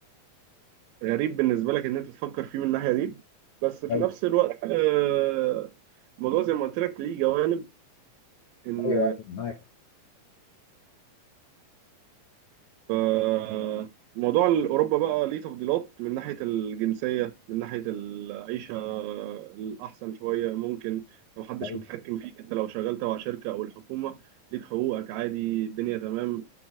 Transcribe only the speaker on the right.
غريب بالنسبة لك إن أنت تفكر فيه من الناحية دي بس في
نفس الوقت آه، الموضوع زي ما قلت لك ليه جوانب ان
آه، موضوع اوروبا بقى ليه تفضيلات من ناحيه الجنسيه من ناحيه العيشه آه، الاحسن شويه ممكن لو محدش
متحكم فيك انت لو شغال تبع شركه او الحكومه ليك حقوقك عادي الدنيا تمام